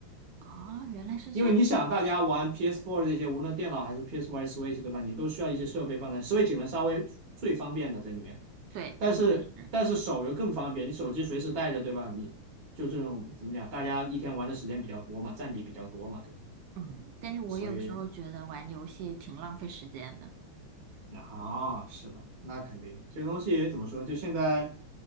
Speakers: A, on the right; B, on the right.
A: 哦，原来是这样。
B: 因为你想，大家玩 p s Four 这些，无论电脑还是 PS4 还是 Switch，对吧？你都需要一些设备放在 Switch 可能稍微最方便的这里面，
A: 对，
B: 但是但是手游更方便，
A: 我觉得是，
B: 你手机随时带着，对吧？你就这种怎么讲，大家一天玩的时间比较多嘛，占比比较多嘛，对吧？
A: 嗯，但是我有时候觉得玩游戏挺浪费时间的。
B: 所以啊，是的，那肯定这个东西怎么说？就现在